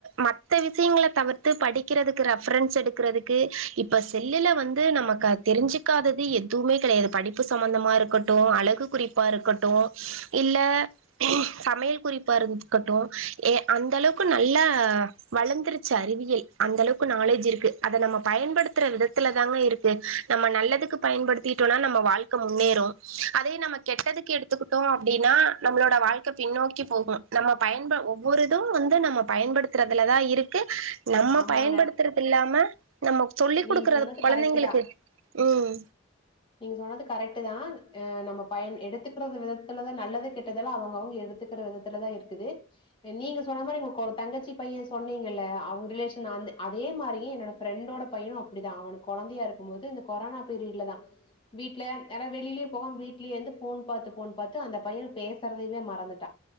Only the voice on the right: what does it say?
மத்த விஷியங்கள தவிர்த்து படி க்கிறதுக்கு ரெஃப்ரன்ஸ் எடுக்குறது கு இப்ப செல்லுல வந்து நமக்க தெரிஞ்சுக்காதது எதுவுமே கெடையாது ப ப்பு சம்மந்தமா இருக்கட்டு அழகு குறிப்பா இருக்கட்டு இல்ல சமையல் குறிப்பா இருக்கட்டு ஏ அந்த அளவுக்கு நல்லா வளந்துருச்சி அறிவியல் அந்த ‌அளவுக்கு நாலேஜ் இருக்கு அத நம்ம பயன்படுத்துற விதத்துல தாங்க இருக்கு நம்ம நல்லதுக்கு பயன்படு திட்டோனா நம்ம வாழ்க்க முன்னேறு அதே நம்ம கெட்டதுக்கு எடுத்துக்குட்டோ அப்டின்னா நம்ளோட வாழ் து பின்னோக்கி போகு நம்ம பயன்ப ஒவ்வொருது வந்து நம்ம பயன்படுத்துறதுல தா இருக்கு நம்ம
பயன்படுத்துறதில்லாம நம்ம சொல்லி்
குடுக்குறது
கொழந்தைங்களுக்கு
ம்